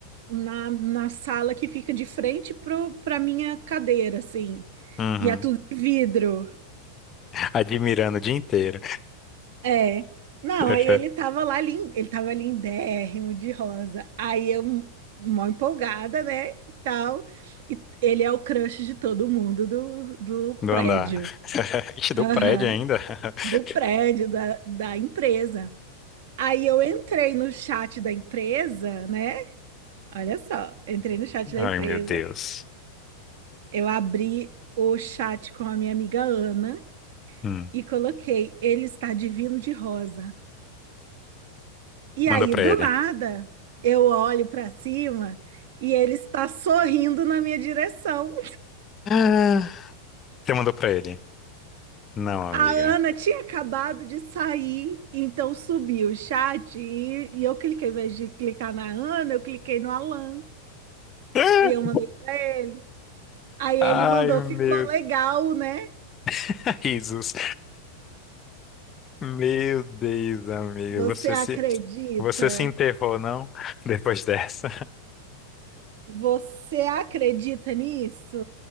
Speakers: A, on the right; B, on the left.
A: na, na sala que fica de frente pro, pra minha cadeira, assim.
B: Uhum.
A: E é tudo de vidro.
B: Admirando o dia inteiro.
A: É. Não,
B: <laughs>
A: aí ele tava lá, lin- ele tava lindérrimo de rosa. Aí eu, mó empolgada, né? E tal. E ele é o crush de todo mundo do, do
B: Do
A: prédio.
B: andar. <laughs> Ixi, do
A: Aham.
B: prédio ainda. <laughs>
A: Do prédio, da, da empresa. Aí eu entrei no chat da empresa, né? Olha só, entrei no chat da
B: Ai,
A: empresa.
B: meu Deus.
A: Eu abri o chat com a minha amiga Ana
B: Hum.
A: e coloquei, ele está divino de rosa. E
B: Manda
A: aí,
B: pra
A: do
B: ele.
A: nada, eu olho para cima e ele está sorrindo na minha direção.
B: <laughs> Você mandou pra ele? Não, amiga.
A: A Ana tinha acabado de sair, então subi o chat e, e eu cliquei, ao invés de clicar na Ana, eu cliquei no Alan
B: <laughs>
A: e eu mandei para ele. Aí
B: Ai,
A: ele mandou,
B: meu.
A: ficou legal, né?
B: <laughs> Risos. Meu Deus, amiga.
A: Você
B: Você
A: acredita?
B: se, você se enterrou, não? <laughs> Depois dessa.
A: Você acredita nisso?